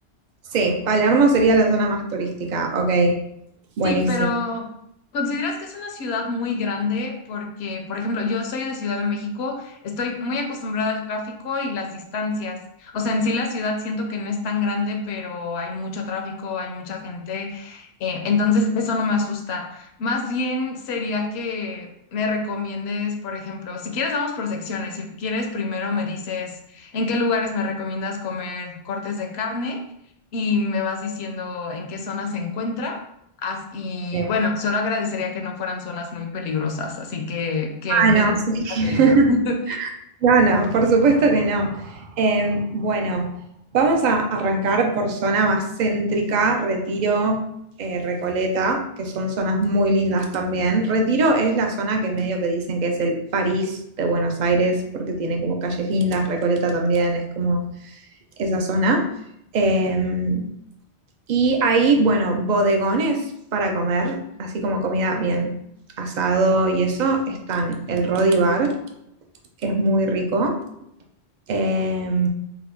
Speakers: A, on the right; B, on the left.
A: Sí, Palermo sería la zona más turística, ok, buenísimo.
B: Sí, pero ¿consideras que es una ciudad muy grande? Porque, por ejemplo, yo soy de Ciudad de México, estoy muy acostumbrada al tráfico y las distancias. O sea, en sí la ciudad siento que no es tan grande, pero hay mucho tráfico, hay mucha gente, eh, entonces eso no me asusta. Más bien sería que me recomiendes, por ejemplo, si quieres vamos por secciones, si quieres primero me dices en qué lugares me recomiendas comer cortes de carne y me vas diciendo en qué zona se encuentra. As- y
A: Eh,
B: bueno, solo agradecería que no fueran zonas muy peligrosas, así que que
A: Ah,
B: mi
A: no,
B: vida
A: sí.
B: tenga peligro.
A: <laughs>
B: <laughs>
A: No, no, por supuesto que no. Em, bueno, vamos a arrancar por zona más céntrica, Retiro, eh, Recoleta, que son zonas muy lindas también. Retiro es la zona que medio que dicen que es el París de Buenos Aires, porque tiene como calles lindas, Recoleta también es como esa zona. Em, y ahí, bueno, bodegones para comer, así como comida bien asado y eso, están el Rodi Bar, que es muy rico eh,